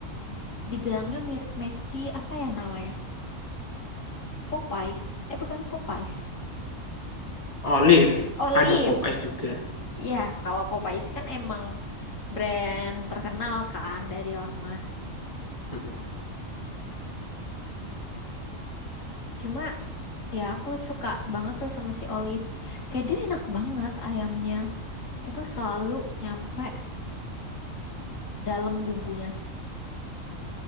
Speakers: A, on the left; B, on the left.
A: dibilangnya mirip McD apa ya namanya? Popeyes. Eh bukan Popeyes.
B: Olive,
A: Olive.
B: ada Pop Ice juga,
A: Ya, kalau Popeyes kan emang brand terkenal kan dari lama.
B: mhm.
A: Cuma Ya, aku suka banget tuh sama si Olive. Kayak dia enak banget ayamnya. Itu selalu nyampe dalam bumbunya.